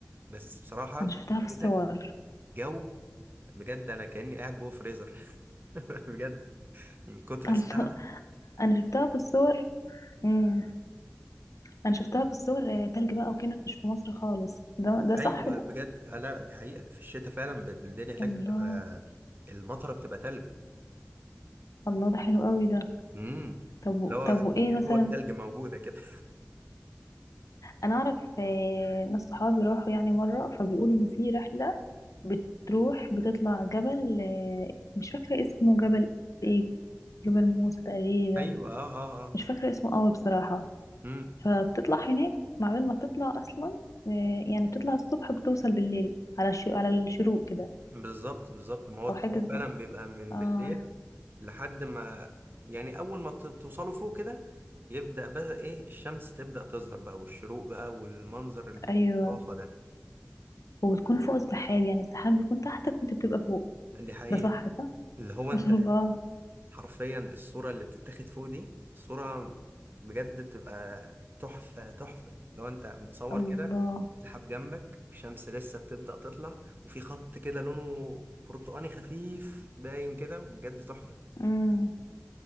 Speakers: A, on the right (about 40°); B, on the left (about 85°).
A: بس بصراحه
B: انا شفتها
A: في الشتاء
B: في الصور
A: جو بجد انا كاني قاعد جوه فريزر <laughs> بجد من كتر
B: <laughs> الله
A: الساعه
B: انا شفتها في الصور امم انا شفتها في الصور آه، تلج بقى وكأنك مش في مصر خالص ده ده
A: ايوه
B: صح ده
A: بجد آه، لا دي حقيقه في الشتاء فعلا بت- الدنيا هناك
B: الله
A: بتبقى المطره بتبقى تلج
B: الله ده حلو قوي ده
A: امم
B: طب و-
A: اللي هو
B: طب وايه
A: في في
B: مثلا
A: كور تلج موجوده كده
B: انا اعرف آه، ناس صحابي راحوا يعني مره فبيقولوا انه في رحله بتروح بتطلع جبل آه، مش فاكره اسمه جبل ايه جبل موسى تقريبا
A: <laughs> ايوه اه اه اه
B: مش فاكره اسمه قوي بصراحه
A: مم.
B: فبتطلع هناك مع بال ما تطلع اصلا آه، يعني بتطلع الصبح بتوصل بالليل على الش... على الشروق كده
A: بالظبط بالظبط ما هو التراب
B: او حاجه زي
A: فعلا بيبقى من
B: اه
A: بالليل لحد ما يعني اول ما ت- توصلوا فوق كده يبدأ بقى ايه الشمس تبدأ تظهر بقى والشروق بقى والمنظر اللي بيبقى
B: ايوه
A: خرافة ده
B: وبتكون فوق السحاب يعني السحاب بيكون تحتك وانت بتبقى فوق
A: دي حقيقة
B: ده صح صح
A: اللي هو انت
B: <laughs> الله
A: حرفيا الصورة اللي بتتاخد فوق دي صورة بجد بتبقى تحفة تحفة لو انت متصور
B: الله
A: كده سحاب جنبك الشمس لسه بتبدأ تطلع وفي خط كده لونه برتقاني خفيف باين كده وبجد تحفة
B: إمم.